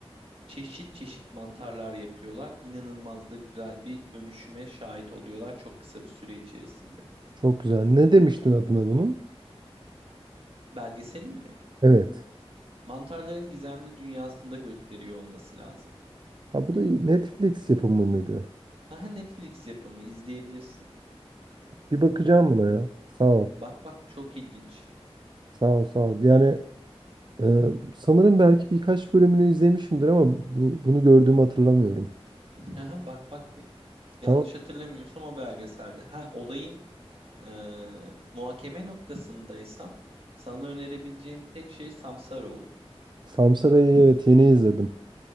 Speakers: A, on the right (about 60°); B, on the right (about 45°).
A: Çeşit çeşit mantarlar yapıyorlar. İnanılmaz da güzel bir dönüşüme şahit oluyorlar çok kısa bir süre içerisinde.
B: Çok güzel. Ne demiştin adına bunun?
A: Belgeselin mi?
B: Evet.
A: Mantarların gizemli dünyasında gösteriyor olması lazım.
B: Ha bu da iyi. Netflix yapımı mıydı?
A: Aha Netflix yapımı izleyebilirsin.
B: Bir bakacağım buna ya. Sağ ol.
A: Bak bak çok ilginç.
B: Sağ ol, sağ ol. Yani e, sanırım belki birkaç bölümünü izlemişimdir ama bu, bunu gördüğümü hatırlamıyorum.
A: Aha bak bak bir. Yanlış
B: Tamam.
A: hatırlamıyorsam o belgeselde. Ha olayın eee, muhakeme noktasındaysan sana önerebileceğim tek şey Samsara olur.
B: Samsara'yı evet yeni izledim.